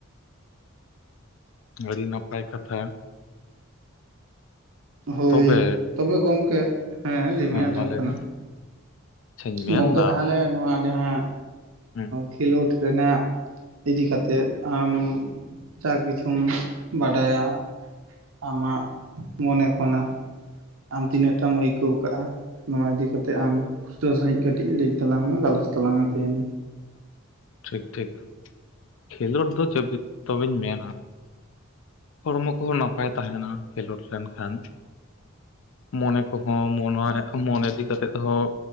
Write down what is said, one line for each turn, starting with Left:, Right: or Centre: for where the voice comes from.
Left: ᱟᱹᱰᱤ ᱱᱟᱯᱟᱭ ᱠᱟᱛᱷᱟ
Right: ᱦᱳᱭ
Left: ᱛᱚᱵᱮ
Right: ᱛᱚᱵᱮ ᱜᱚᱝᱠᱮ ᱦᱮᱸ ᱞᱟᱹᱭᱢᱮ ᱟᱸᱡᱚᱢᱚᱜ
Left: ᱢᱟ ᱞᱟᱹᱭ
Right: ᱠᱟᱱᱟ᱾
Left: ᱢᱮ ᱟᱪᱪᱷᱟᱧ ᱢᱮᱱᱫᱟ
Right: ᱜᱚᱝᱠᱮ ᱛᱟᱦᱚᱞᱮ ᱱᱚᱣᱟ ᱡᱟᱦᱟᱸ
Left: ᱦᱮᱸ
Right: ᱠᱷᱮᱞᱳᱰ ᱨᱮᱱᱟᱜ ᱤᱫᱤ ᱠᱟ ᱠᱟᱛᱮᱫ ᱟᱢ ᱡᱟ ᱠᱤᱪᱷᱩᱢ ᱵᱟᱰᱟᱭᱟ ᱟᱢᱟᱜ ᱢᱚᱱᱮ ᱠᱷᱚᱱᱟᱜ ᱟᱢ ᱛᱤᱱᱟᱹᱜ ᱴᱟᱢ ᱟᱹᱭᱠᱟᱹᱣ ᱠᱟᱜᱼᱟ ᱱᱚᱣᱟ ᱤᱫᱤ ᱠᱟᱛᱮᱜ ᱟᱢ ᱯᱩᱥᱴᱟᱹᱣ ᱥᱟᱹᱦᱤᱡ ᱠᱟᱹᱴᱤᱡ ᱞᱟᱹᱭ ᱛᱟᱞᱟᱝ ᱢᱮ ᱜᱟᱞᱚᱪ ᱛᱟᱞᱟᱝ ᱢᱮ ᱛᱮᱦᱮᱱ
Left: ᱴᱷᱤᱠ ᱴᱷᱤᱠ ᱠᱷᱮᱞᱳᱰ ᱫᱚ ᱪᱮᱫ ᱛᱚᱵᱮᱧ ᱢᱮᱱᱟ ᱦᱚᱲᱢᱚ ᱠᱚᱦᱚᱸ ᱱᱟᱯᱟᱭ ᱛᱟᱦᱮᱱᱟ ᱠᱷᱮᱞᱳᱰ ᱞᱮᱱᱠᱷᱟᱱ ᱢᱚᱱᱮ ᱠᱚᱦᱚᱸ ᱢᱚᱱ ᱢᱚᱱᱮ ᱤᱫᱤ ᱠᱟᱛᱮᱜ ᱦᱚᱸ